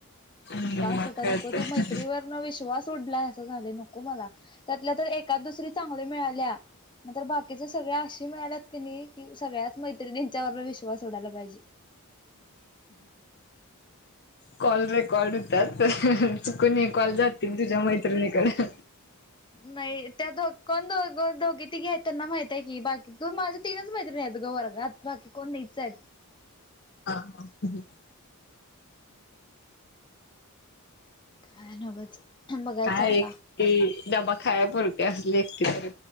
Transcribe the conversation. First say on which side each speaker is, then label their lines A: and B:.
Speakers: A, on the left (about 50°); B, on the left (about 20°).
A: मग
B: बस आता
A: काय
B: नको
A: तर
B: ते मैत्रीवर पूण विश्वास उडलाय असं झाले नको मला त्यातल्या तर एकाच दुसरी चांगल्या मिळाल्या. मंतर बाकीचे सगळे अे मिळाल्यात क नाही कि सगळ्याच मैत्रिणींच्यावर विश्वास उडायला पाहिजे.
A: कॉल रेकॉर्ड होतात. चुकन हे कॉल जातील तुझ्या मैत्रिणीकडे
B: ह <unintelligible> नाही त्या दो कोण दोघ दोघे तिघे आहेत त्यांना माहित आहे की बाकी तू माझ्या तीनच मैत्रीणी आहेत ग वर्गात बाकी कोण नाहीच आहेत.
A: हा हा ह.
B: काय <unintelligible>
A: काय
B: आता
A: एक ते डब्बा खाय पुरती असली एक ते